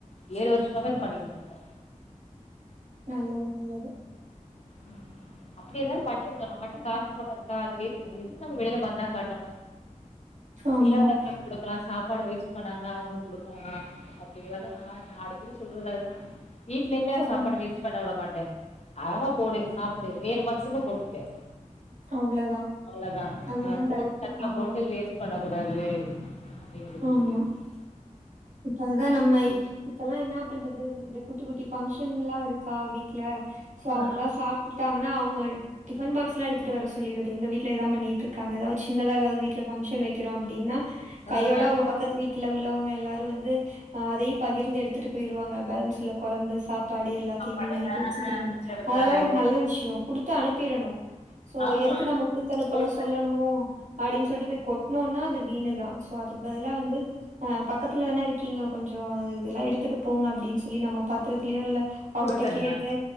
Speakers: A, on the left (about 55°); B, on the right (about 70°).
A: ஏழு வருஷமாதா அது பண்ணிக்கிட்டு இருக்கோ
B: நல்லது நல்லது
A: உம் அப்டி ஏதாவது பண்ணிடணு நம்மட்ட காசு பணம் இருக்கா அது அது எதுக்கு நம வெளில வந்தா பந்தா காட்டணு
B: ஆமா.
A: இல்லாதவங்களுக்கு குடுக்கலா சாப்பாடு வேஸ்ட் பண்ணாம அவங்ளுக் குடுக்கலா அப்டிங்களா தா நா அடிக்கடி சொல்றது அதா வீட்டுலயுமே நா
B: ஆமா.
A: சாப்பாடு வேஸ்ட் பண்ண வுட மாட்டே அளவா போடு சாப்டு வேணுமா திரும்ப போட்டுக்க
B: அவ்ளதான்.
A: அவ்ளோதா
B: அதுதான்
A: போட்
B: கரெக்ட்டு.
A: தட்ல
B: ஆமா.
A: போட்டு வேஸ்டு வேஸ்ட் பண்ணக்கூடாது அப்படிங்கது
B: ஆமா.
A: சொல்லிருக்கம்
B: இப்ப அததா நம்மை இப்பல்லா என்னா பண்றது இந்த குட்டி குட்டி பங்க்ஷன்ல்லா இருக்கா வீட்ல சோ
A: ஆ
B: அவங்கல்லா சாப்ட்டு டாங்கனா அவுங்க டிபன் பாக்ஸ் எலாம் எடுத்துட்டு வர சொல்லியிறது எங்க வீட்ல இதா பண்ணிட்டு இருக்காங்க ஏதாவது சின்னதா ஏதாவது வீட்ல ஃபங்ஷன் வெக்கிறோ அப்டின்னா கையோட
A: ஆ ஆ
B: அவுங் பக்கத்து வீட்ல உள்ளவங்க எல்லாரு வந்து அதையு பகிர்ந்து எடுத்துட்டு போயிருவாங்க பேலன்ஸ் உள்ள கொழம்பு சாப் பாடு எல்லாத்தையுமே
A: சாப்பாடு
B: நைட்டு
A: ஆ
B: வெச்சுக்கிற
A: ஆ செருப்புதா
B: அதெல்லா
A: நைட்டு
B: ஒரு நல்ல விஷ்யோ குடுத்து அனுப்பிறனு சோ
A: ஆமா
B: எதுக்கு நம்ம குடுத்து அனுப்பணு
A: போட்
B: சொல்லணு அப்டின்னு சொல்ட்டு போயி கொட்டோம்னா அது வீணுதா சோ அதுக் பதிலா வந்து அ பக்கத்துல தானே இருக்கீங்க கொஞ்ச இதெல்லா எடுத்ட் போங்க அப்டின்னு சொல்லி நம்ம பாத்திரத்திலயோ இல்ல அவுங்கிட்ட
A: குடுத்துருங்க
B: கேட்டு